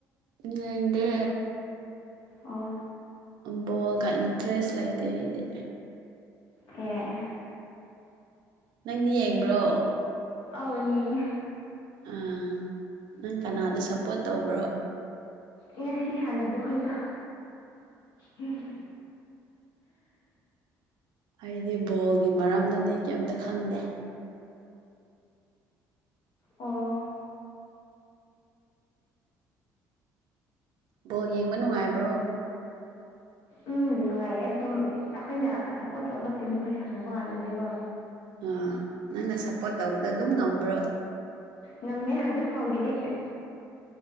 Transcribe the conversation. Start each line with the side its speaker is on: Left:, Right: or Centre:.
Right: ꯎꯝꯗꯦ
Left: ꯑꯣ
Right: ꯕꯣꯜꯒ ꯏꯟꯇꯔꯦꯁ ꯂꯩꯇꯦ ꯑꯩꯗꯤ
Left: ꯑꯦ
Right: ꯅꯪꯗꯤ ꯌꯦꯡꯕ꯭ꯔꯣ
Left: ꯑ ꯌꯦꯡꯉ
Right: ꯑ ꯅꯪ ꯀꯅꯥꯗ ꯁꯞꯄꯣꯔꯠ ꯇꯧꯕ꯭ꯔꯣ
Left: ꯉꯁꯤ ꯁꯥꯟꯅꯕ ꯈꯣꯏꯗ ꯎꯝ
Right: ꯑꯩꯗꯤ ꯕꯣꯜꯒꯤ ꯃꯔꯝꯗꯗꯤ ꯀꯩꯝꯇ ꯈꯪꯗꯦ
Left: ꯑꯣ
Right: ꯕꯣꯜ ꯌꯦꯡꯕ ꯅꯨꯡꯉꯥꯏꯕ꯭ꯔꯣ
Left: ꯎꯝ ꯅꯨꯡꯉꯥꯏꯌꯦ ꯁꯨꯝ ꯑꯩꯈꯣꯏꯅ ꯁꯞꯄꯣꯔꯠ ꯇꯧꯕ ꯇꯤꯝꯈꯣꯏ ꯁꯥꯟꯅꯕ ꯀꯥꯟꯗꯗꯤꯀꯣ
Right: ꯑꯥ ꯅꯪꯅ ꯁꯞꯄꯣꯔꯠ ꯇꯧꯕꯗ ꯑꯗꯨꯝ ꯉꯝꯕ꯭ꯔꯣ
Left: ꯉꯝꯃꯦ ꯍꯧꯖꯤꯛ ꯐꯥꯎꯒꯤꯗꯤ ꯑꯩ